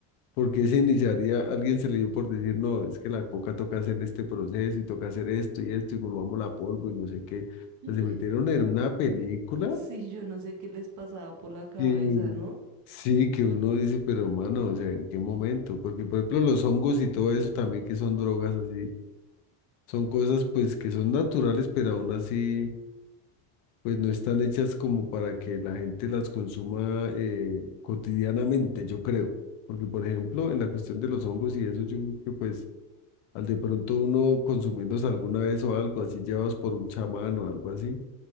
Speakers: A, on the left; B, on the right.
A: Porque se iniciaría, alguien se le dio por decir, no, es que la coca toca hacer este proceso y toca hacer esto y esto y volvamos la polvo y no sé qué. O
B: <laughs>
A: sea, se metieron en una película
B: Sí, yo no sé qué les pasaba por la cabeza,
A: que
B: ¿no?
A: sí, que uno dice, pero mano, o sea, ¿en qué momento? Porque, por ejemplo, los hongos y todo eso también que son drogas así, son cosas pues que son naturales, pero aún así, pues no están hechas como para que la gente las consuma eh, cotidianamente, yo creo. Porque, por ejemplo, en la cuestión de los hongos y eso, yo creo que pues Al de pronto uno consumirlos alguna vez o algo así, llevados por un chamán o algo así,